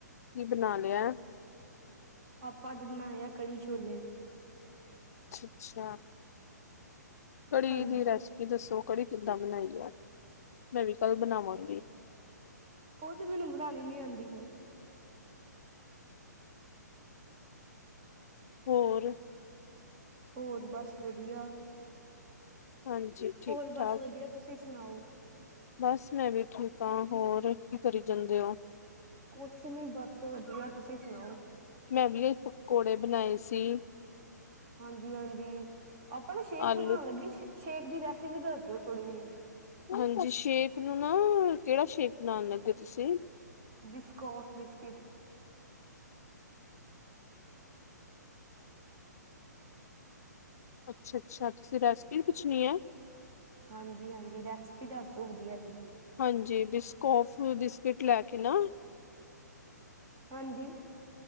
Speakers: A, on the left; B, on the right.
A: ਕੀ, ਬਣਾ ਲਿਆ?
B: ਆਪਾਂ, ਅੱਜ ਬਣਾਇਆ ਕੜੀ- ਛੋਲੇ
A: ਅੱਛਾ -ਅੱਛਾ ਕੜੀ
B: ਹਾਂਜੀ
A: ਦੀ ਰੈਸਪੀ ਦੱਸੋ, ਕੜੀ ਕਿੱਦਾਂ ਬਣਾਈ ਦੀ, ਮੈਂ ਵੀ ਕੱਲ ਬਣਾਵਾਂਗੀ
B: ਓ ਤੇ ਮੈਨੂੰ ਬਣਾਣੀ ਨਈ, ਆਂਦੀ ਪਰ
A: ਹੋਰ
B: ਹੋਰ ਬਸ ਵਧੀਆ
A: ਹਾਂਜੀ। ਠੀਕ
B: ਹੋਰ
A: ਠਾਕ
B: ਬਸ ਵਧੀਆ, ਤੁਸੀਂ ਸੁਣਾਓ?
A: ਬਸ, ਮੈਂ ਵੀ ਠੀਕ ਆਂ,। ਹੋਰ ਕੀ ਕਰੀ ਜਾਂਦੇ ਓ?
B: ਕੁਛ ਨਈ ਬਸ, ਵਧੀਆ ਤੁਸੀਂ ਸੁਣਾਓ?
A: ਮੈਂ ਵੀ ਅਜ ਪਕੌੜੇ ਬਣਾਏ ਸੀ।
B: ਹਾਂਜੀ- ਹਾਂਜੀ ਆਪਾਂ ਨਾ ਸ਼ੇਕ
A: ਆਲੂ
B: ਬਣਾਣ ਲੱਗੇ ਸੇਕ ਸ਼ੇਕ ਦੀ ਰੈਸਿਪੀ, ਦੱਸ ਦਿਓ ਥੋੜ੍ਹੀ ਜਿਹੀ
A: ਹਾਂਜੀ, ਸ਼ੇਕ ਨੂੰ ਨਾ, ਕਿਹੜਾ ਸ਼ੇਕ ਬਣਾਣ ਲੱਗੇ ਤੁਸੀਂ?
B: ਬਿਸਕੋਫ- ਬਿਸਕਿਟ
A: ਅੱਛਾ -ਅੱਛਾ ਤੁਸੀਂ ਰੈਸਪੀ ਪੁੱਛਣੀ ਏ
B: ਹਾਂਜੀ- ਹਾਂਜੀ ਰੈਸਪੀ, ਦੱਸ ਦੋ ਵਧੀਆ ਜੀ
A: ਹਾਂਜੀ, ਬਿਸਕੌਫ ਬਿਸਕਿਟ ਲੈ ਕੇ ਨਾ
B: ਹਾਂਜੀ।